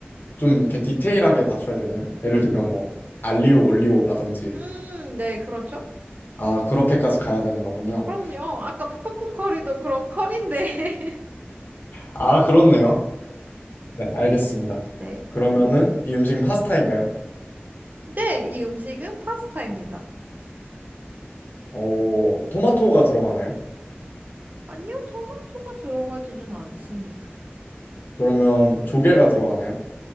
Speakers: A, on the left; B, on the right.
A: 좀 이렇게 디테일하게 맞춰야 되나요? 예를 들면 뭐 알리오 올리오라든지
B: 음, 네, 그렇죠?
A: 아 그렇게까지 가야 되는 거군요.
B: 그럼요. 아까 푸푸풍 커리도 그럼 커리인데.
A: 아 그렇네요. 네 알겠습니다.
B: <laughs> 네.
A: 그러면은 이 음식은 파스타인가요?
B: 네, 이 음식은 파스타입니다.
A: 어 토마토가 들어가나요?
B: 아니요, 토마토가 들어가지는 않습니다.
A: 그러면 조개가 들어가나요?